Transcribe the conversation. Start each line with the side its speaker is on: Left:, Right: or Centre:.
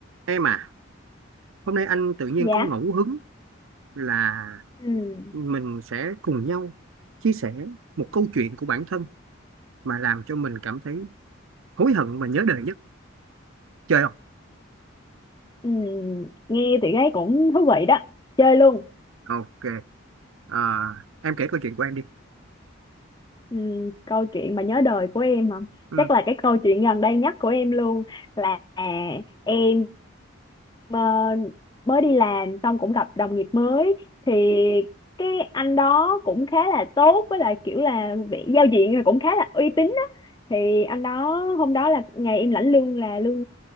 Right: Em à, hôm nay anh tự nhiên
Left: dạ
Right: có ngẫu hứng là
Left: ừ.
Right: mình sẽ cùng nhau chia sẻ một câu chuyện của bản thân mà làm cho mình cảm thấy hối hận và nhớ đời nhất. Chơi không?
Left: ừ. nghe thì thấy cũng thú vị đó chơi luôn
Right: Ok. À, em kể câu chuyện của em đi.
Left: Ừ, câu chuyện mà nhớ đời của em mà
Right: Ừ,
Left: chắc là cái câu chuyện gần đây nhất của em luôn là em ờ, mới đi làm xong cũng gặp đồng nghiệp mới thì cái anh đó cũng khá là tốt với lại kiểu là vị giao diện là cũng khá là uy tín á thì anh đó hôm đó là ngày em lãnh lương là lương